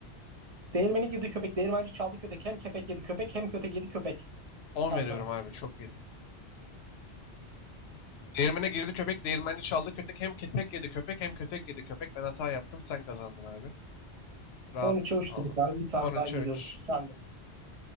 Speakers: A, on the right (about 40°); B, on the left (about 70°).
A: Değirmeni girdi köpek, değirmenci çaldı kötek. Hem köpek yedi köpek hem kötek yedi köpek.
B: On
A: Sen
B: veriyorum
A: de abi.
B: abi, çok iyiydin. Değirmene girdi köpek, değirmenci çaldı köpek. Hem köpek yedi köpek, hem kötek yedi köpek. Ben hata yaptım, sen kazandın abi. Rahat
A: 13'e üç
B: aldın.
A: dedik abi. Bir tane
B: 13'e
A: daha geliyoruz.
B: 3.
A: Sen de.